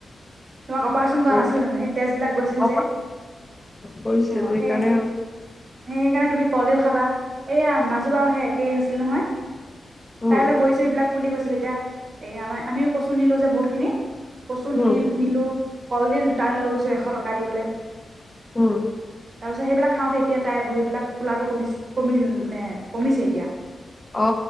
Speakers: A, on the right (about 55°); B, on the left (about 20°).
A: তোমাক অপাৰচন কৰা
B: উ
A: নাছিল জানো সেই তেজ বিলাক গৈছিল
B: অ অ
A: যে,
B: কৰিছিলে
A: অ'
B: তো সেইকাৰণে
A: এই
B: হ'ল।
A: সেইকাৰণে তুমি কলডিল খাবা। এইয়া, মাজু বাওহে একেই হৈছিল নহয়? তাই
B: উম
A: হলে ভৰি-চৰি এইবিলাক। ফুলি গৈছিল এতিয়া এইয়া আমাৰ। আমিও কচু নিলো যে বহুতখিনি। কচু নিল
B: উম
A: নিলো। কলডিল দুটান লৈ গৈছো এশ টকা দি পেলাই।
B: উম।
A: তাৰপিছত সেইবিলাক খাওঁতে এতিয়া তাই ভৰিবিলাক ফুলাটো কমি কমি নে কমিছে এতিয়া।
B: অ